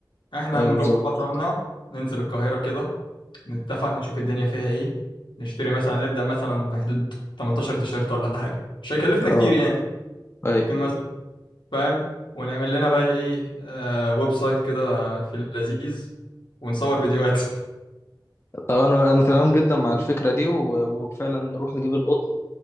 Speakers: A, on the left; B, on the left.
A: احنا
B: ايوه
A: نروح
B: بالظبط
A: مطارنا ننزل القاهره كده نتفق نشوف الدنيا فيها ايه نشتري مثلا نبدا مثلا بحدود 18 تيشيرت ولا حاجه مش هيكلفنا
B: اه
A: كتير يعني
B: ايوه
A: ممكن مثلا فاهم ونعمل لنا بقى ايه آه ويب سايت كده في اللذيذ ونصور فيديوهات <laughs>
B: طبعا انا أنا تمام جدا مع الفكره دي و- وفعلا نروح نجيب القطن